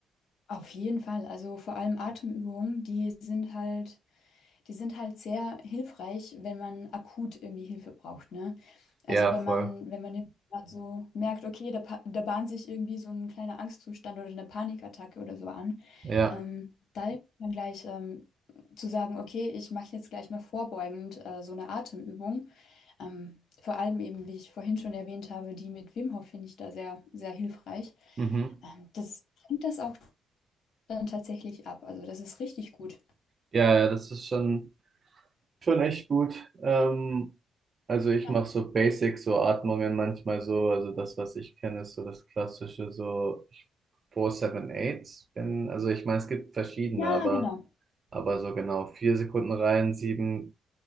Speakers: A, on the left; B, on the right.
A: auf jeden Fall. Also vor allem Atemübungen, die sind halt Die sind halt sehr hilfreich, wenn man akut irgendwie Hilfe braucht, ne? Also
B: Ja,
A: wenn
B: voll.
A: man, wenn man jetzt grad so merkt, okay, da, pa- da bahnt sich irgendwie so ein kleiner Angstzustand oder eine Panikattacke oder so an,
B: Ja.
A: ähm, da hilft man gleich ähm, zu sagen, okay, ich mache jetzt gleich mal vorbeugend äh, so eine Atemübung. Ähm, vor allem eben, wie ich vorhin schon erwähnt habe, die mit Wim Hof finde ich da sehr, sehr hilfreich.
B: Mhm.
A: Ähm, das fängt das auch dann tatsächlich ab. Also das ist richtig gut.
B: Ja, ja, das ist schon, schon echt gut. Ähm, also ich
A: Ja,
B: mache so Basic, so Atmungen manchmal so. Also das, was ich kenne, ist so das klassische, so 4-7-8. Wenn- Also ich meine, es gibt verschiedene,
A: ja
B: aber.
A: genau.
B: Aber so genau vier Sekunden rein, sieben,